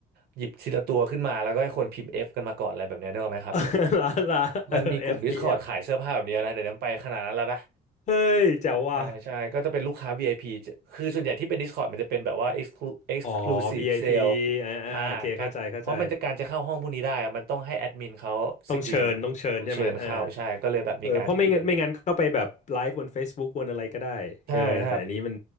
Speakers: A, on the right; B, on the left.
A: หยิบทีละตัวขึ้นมาแล้วก็ให้คนพิมพ์ F กันมาก่อนอะไรแบบเนี้ยนึกออกไหมครับ
B: <laughs> ลาลาเออ
A: มันมีกลุ่ม
B: F
A: Discord
B: B F เอฟ
A: ขายเสื้อผ้าแบบเนี้ยนะเดี๋ยวนี้มันไปขนาดนั้นแล้วนะ
B: เฮ้ยแจ๋วว่ะ
A: ใช่ใช่ก็จะเป็นลูกค้า VIP จะคือส่วนใหญ่ที่เป็น Discord มันจะเป็นแบบว่า exclu exclusive
B: อ๋อ VIP
A: sale
B: อพีอ่าอ่าโอเคเข้าใจเข้าใจ
A: อ่าการเพราะมันจะการจะเข้าห้องพวกนี้ได้อะมันต้องให้แอดมินเขาสกรีน
B: ต้องเชิญต้องเชิญใช่ไหมเออ
A: ต้องเชิญเข้าใช่ก็เลยแบบมีการอีเวนต์
B: เออเพราะไม่งั้นไม่งั้นก็ไปแบบไลฟ์บน Facebook บนอะไรก็ได้เออแต่อันนี้มัน
A: ใช่ครับ